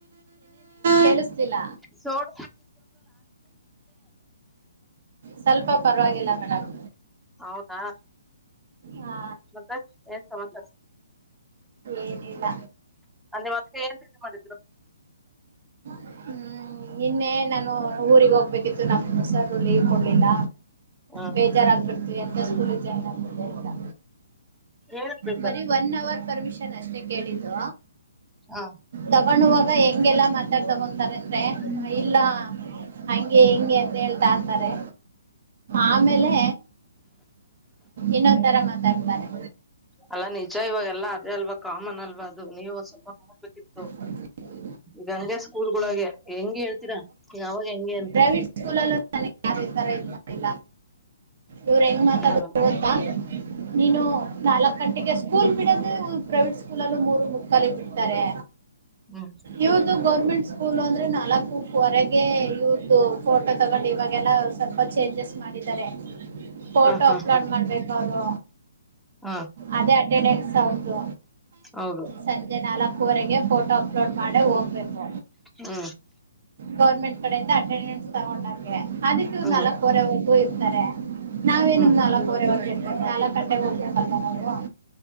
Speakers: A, on the right; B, in the centre.
A: ಕೇಳಿಸ್ತಿಲ್ಲ
B: ಸೋಡ
A: ಸ್ವಲ್ಪ ಪರವಾಗಿಲ್ಲ ಮೇಡಮ್
B: ಹೌದಾ
A: ಹಾ
B: ಮತ್ತೆ ಏನ್ ಸಮಾಚಾರ
A: ಏನಿಲ್ಲ
B: ಅಲ್ಲಿ ಮತ್ತೆ ಏನ್ ತಿಂಡಿ <inaudible>
A: ಹ್ಮ್ ನಿನ್ನೆ ನಾನು ಊರಿಗ ಹೋಗ್ಬೇಕಿತ್ತು ನಮ್ ಸರು ಲೀವ್ ಕೊಡ್ಲಿಲ್ಲ
B: ಹ್ಮ್
A: ಬೇಜಾರಾಗಬಿಡ್ತು ಎಂತ ಸ್ಕೂಲ್ಗೆ ಜಾಯಿನ್ ಆಗ್ಬಟೀ ಅಂತಾ
B: ಏನ್ ಬೇಕಾರ
A: ಬರೀ ಒನ್ ಅವರ್ ಪರ್ಮಿಷನ್ ಅಷ್ಟೇ ಕೇಳಿದ್ದು
B: ಹಾ
A: ತಗೊಂಡುವಾಗ ಹೆಂಗೆಲ್ಲಾ ಮಾತಾಡ್ ತಗೊಂತಾರಂದ್ರೆ
B: ಹ್ಮ್
A: ಇಲ್ಲ ಹಂಗೆ ಹಿಂಗೆ ಅಂತ ಹೇಳಿ ತೂಗೊಳ್ತಾರೆ ಆಮೇಲೆ ಇನೊಂದ ತರ ಮಾತಾಡ್ತಾರೆ
B: ಅಲ್ಲಾ ನಿಜ ಇವಾಗೆಲ್ಲಾ ಅದೇ ಅಲ್ವಾ ಕಾಮನ್ ಅಲ್ವಾ ಅದು ನೀವು ಸ್ವಲ್ಪ ನೋಡ್ಬೇಕಿತ್ತು
A: ತ್ಯಂಕ್ ಯು
B: ಈ ಗಂಗೇಶ ಸ್ಕೂಲ್ಗಳೊಳಗೆ ಹೆಂಗೆ ಹೇಳ್ತೀರಾ ಯಾವಾಗ ಹೆಂಗೆ ಅಂತ
A: ಪ್ರೈವೇಟ್ ಸ್ಕೂಲಲ್ಲೂ ನನಗೆ ಯಾರು ಈ ತರಾ ಇರೋದಿಲ್ಲ ಇವ್ರ ಹೆಂಗ್ ಮಾತ
B: ಅದಲ್ಲಪ್ಪ
A: ಗತ್ತಾ ನೀನು ನಾಲ್ಕ್ ಗಂಟೆಗೆ ಸ್ಕೂಲ್ ಬಿಡದ ಪ್ರೈವೇಟ್ ಸ್ಕೂಲ್ಲ್ಲೂ ಮೂರು ಮುಕ್ಕಾಲ ಬಿಡ್ತಾರೆ
B: ಹ್ಮ್
A: ಇವ್ರದು ಗೌರ್ಮೆಂಟ್ ಸ್ಕೂ ಸ್ಕೂಲು ಅಂದ್ರೆ ನಾಲ್ಕು ವರಗೆ ಇವರದು ಫೋಟೋ ತಗೊಂಡು ಇವಾಗ ಎಲ್ಲ ಸ್ವಲ್ಪ ಚೇಂಜಸ್ ಮಾಡಿದ್ದಾರೆ ಫೋಟೋ
B: ಹ ಹಾ
A: ಅಪ್ಲೋಡ್
B: ಹಾ
A: ಮಾಡ್ಬೇಕ ಅದು
B: ಹಾ
A: ಅದೇ ಅಟೆಂಡೆನ್ಸ್ ಹೌದು
B: ಹೌದು
A: ಸಂಜೆ ನಾಲ್ಕುವರೆಗೆ ಫೋಟೋ ಅಪ್ಲೋಡ್ ಮಾಡೇ ಹೋಗ್ಬೇಕು
B: ಹ್ಮ್
A: ಗೌರ್ಮೆಂಟ್ ಕಡೆಯಿಂದ ಅಟೆಂಡೆನ್ಸ್ ತಗೊಂಡೆ ಅದಕ್ಕೆವ್ರು
B: ಹ್ಮ್
A: ನಾಲ್ಕುವರೆವರೆಗೂ ಇರ್ತಾರೆ ನಾವೇನ್
B: ಹ್ಮ್
A: ನಾಲ್ಕೂವರೆವರೆಗೂ ಇರ ಸಾಲ ಕಟ್ಟೆಗೆ ಹೋಗ್ಬೇಕ ಸ್ವಲ್ಪ ನಾವು